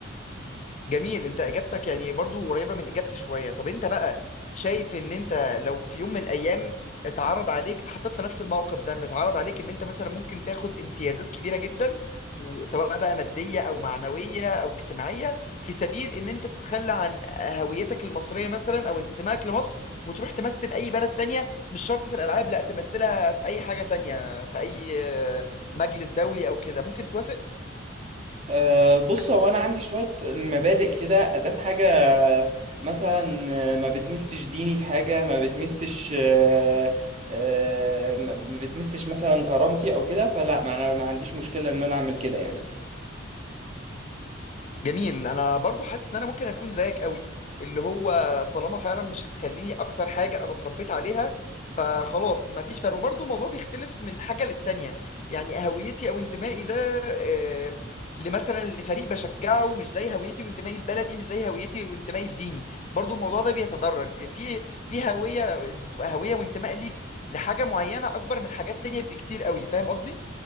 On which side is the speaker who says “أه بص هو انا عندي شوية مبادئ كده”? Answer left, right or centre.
Right